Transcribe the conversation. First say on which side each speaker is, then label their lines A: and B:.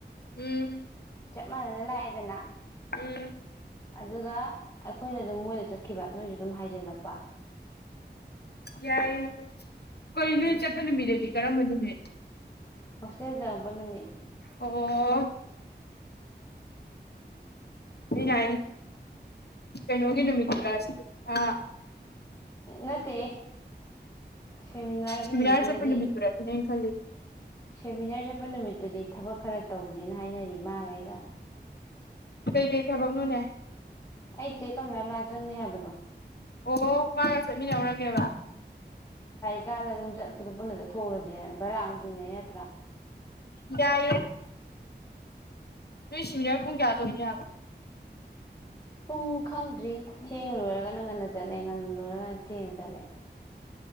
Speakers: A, on the left; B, on the left.
A: ꯎꯝ
B: ꯆꯞ ꯃꯥꯟꯅꯅ ꯂꯥꯛꯑꯦꯗꯅ
A: ꯎꯝ
B: ꯑꯗꯨꯒ ꯑꯩꯈꯣꯏꯅ ꯑꯗꯨꯝ ꯃꯣꯏꯗ ꯆꯠꯈꯤꯕ ꯅꯣꯏꯁꯨ ꯑꯗꯨꯝ ꯍꯥꯏꯖꯤꯜꯂꯛꯄ
A: ꯌꯥꯏ ꯀꯣꯏ ꯅ
B: ꯎꯝ
A: ꯆꯦꯇꯅ ꯃꯦꯗꯤ ꯀꯔꯝꯕ ꯑꯗꯨꯅꯦ
B: ꯍꯣꯁꯇꯦꯜ ꯆꯪꯉꯛꯄ ꯅꯨꯃꯤꯠ
A: ꯑꯣ ꯌꯥ ꯀꯩꯅꯣꯒꯤ ꯅꯨꯃꯤꯠꯇꯁꯤ ꯑ
B: ꯅꯠꯇꯦ ꯁꯦꯃꯤꯅꯥꯔꯒꯤ
A: ꯁꯦꯃꯤꯅꯥꯔ
B: ꯅꯨꯃꯤꯠꯇꯨꯗꯗꯤ
A: ꯆꯠꯄ ꯅꯨꯃꯤꯠꯇꯨꯔ ꯁꯤꯅꯦ ꯑꯩꯅ ꯈꯜꯂꯤꯁꯦ
B: ꯁꯦꯃꯤꯅꯥꯔ ꯆꯠꯄ ꯅꯨꯃꯤꯠꯇꯨꯗꯤ ꯊꯕꯛ ꯈꯔ ꯇꯧꯁꯦꯅ ꯍꯥꯏꯅꯔꯤ ꯃꯥꯒ ꯑꯩꯒ
A: ꯀꯩ ꯀꯩ ꯊꯥꯕꯛꯅꯣꯅꯦ
B: ꯑꯩ ꯆꯦ ꯀꯝꯂꯥꯏ ꯃꯅꯥꯥ ꯆꯪꯅꯤ ꯍꯥꯏꯕꯗꯣ
A: ꯑꯣ ꯃꯥꯒ ꯆꯠꯃꯤꯟꯅꯧꯔꯒꯦꯕ
B: ꯏꯀꯥꯟꯗ ꯑꯗꯨꯝ ꯆꯠꯄꯗꯨ ꯄꯨꯟꯅ ꯆꯠꯊꯎꯁꯦꯅ ꯕꯔꯥ ꯍꯧꯗꯔꯤꯉꯩꯩꯅ
A: ꯏ ꯅꯣꯏ ꯁꯤꯡꯕꯤꯅꯤꯅꯔ ꯄꯨꯡ ꯀꯌꯥꯗ ꯑꯣꯏꯒꯦ ꯍꯥꯏꯕ
B: ꯄꯨꯡ ꯈꯪꯗ꯭ꯔꯤ ꯊꯦꯡꯅ ꯂꯣꯏꯔꯒꯅ ꯉꯟꯅ ꯆꯠꯂꯦ ꯉꯟꯅ ꯂꯣꯏꯔꯒꯅ ꯊꯦꯡꯅ ꯆꯠꯂꯦ